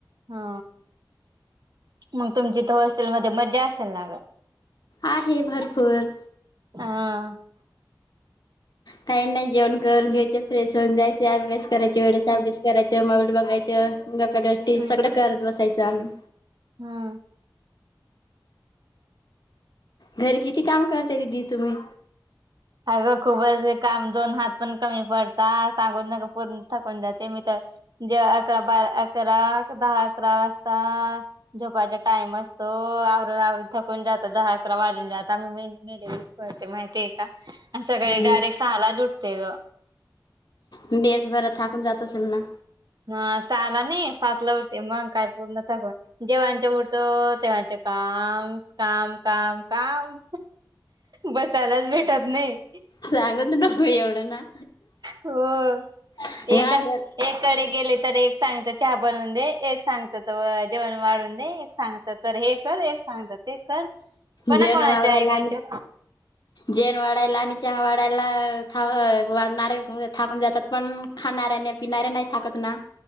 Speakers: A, on the right (about 65°); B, on the left (about 65°).
A: हा, मग तुमची त हॉस्टेल मध्ये मज्जा असल ना ग
B: आहे भरपूर
A: हा.
B: काही नाही जेवण करून घ्यायचे, फ्रेश होऊन जायचे, अभ्यास कराय तेवढंच
A: हा
B: अभ्यास करायचं, मोबाईल बघायचं गप्पा गोष्टी
A: हा.
B: सगळं करत बसायचं आम्ही
A: हम्म.
B: घरी किती काम करत्या दिदी तुम्ही
A: अगं खूपच काम दोन हात पण कमी पडता सांगू नको थकून जाते मी तर, जेव्हा अकरा बारा अकरा दहा अकरा वाजता झोपायचा टाइम असतो, आवरू आवरू थकून जाता दहा अकरा वाजून जात आम्ही महिन पळते माहितीे ये का अन सकाळी
B: हम्म
A: डायरेक्ट सहालाच उठते गं
B: दिवसभरात थाकून जात असेल ना
A: हं सहाला नाही सातला उठते, मग काय पूर्ण थकून जेव्हाचं उठो तेव्हाचं काम, काम काम काम बसायलाच भेटत नाही.
B: सांगत नको एवढं ना.
A: हो,
B: हा
A: हे काय
B: घर
A: एककडे गेले तर एक सांगत चहा बनवून दे, एक सांगत जेवण वाढवू दे एक सांगत्यात तर हे करस एक सांगता ते कर, कोणा
B: जेन
A: कोणाचे
B: वाढायला
A: ऐकायचे.
B: आणि जेन वाडायला आणि चहा वाडायला थां वाडणारे येत. थाकून जातात पण खाणाऱ्या नाही पिणाऱ्या नाही थकत ना